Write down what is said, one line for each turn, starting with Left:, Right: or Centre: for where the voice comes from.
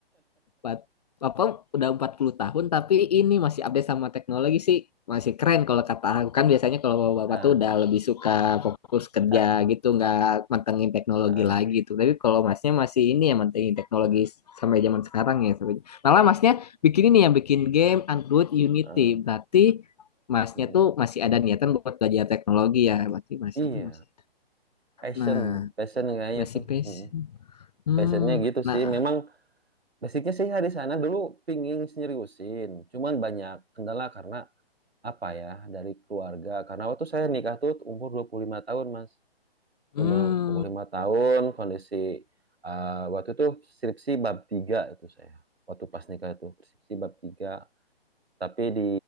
Left: Pat- Papa udah empat puluh tahun tapi ini masih update sama teknologi sih masih keren kalau kata aku kan biasanya kalau bapak
Right: Ah,
Left: tuh udah lebih suka fokus kerja
Right: <laughs>
Left: gitu nggak mantengin teknologi
Right: ah,
Left: lagi tuh tapi kalau masnya masih ini ya mantengin teknologi
Right: ah,
Left: sampai zaman sekarang ya sampai malah masnya bikin ini ya bikin game Android Unity
Right: ah.
Left: berarti masnya
Right: Mm.
Left: tuh masih ada niatan buat belajar teknologi ya berarti masih
Right: Iya,
Left: itu masih
Right: passion,
Left: nah
Right: passion kayaknya
Left: masih
Right: tuh.
Left: pes
Right: Mm.
Left: hmm
Right: Passionnya gitu
Left: nah
Right: sih. Memang basicnya sih dari sana dulu pingin seriusin. Cuman banyak kendala karena apa ya dari keluarga. Karena waktu saya nikah tuh umur 25 tahun, Mas.
Left: hmm
Right: 25 tahun kondisi eh, waktu itu skripsi bab 3 itu saya. Waktu pas nikah itu skripsi bab tiga tapi di